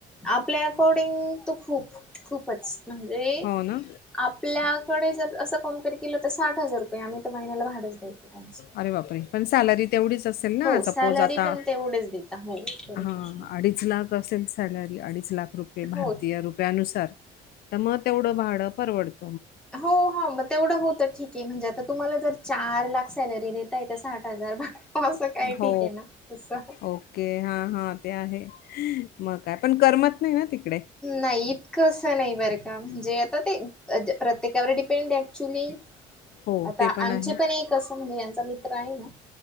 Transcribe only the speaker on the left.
हो ना
अरे बापरे पण सॅलरी तेवढीच. ना
सपोज आता
हा अडीच लाख असेल सॅलरी अडीच लाख रुपये भारतीय
रुपयानुसार. तर मग तेवढ भाड परवडत.
हो
ओके हा हा. ते आहे मग काय, पण करमत नाही ना तिकडे.
<unintelligible>
ते
आहे.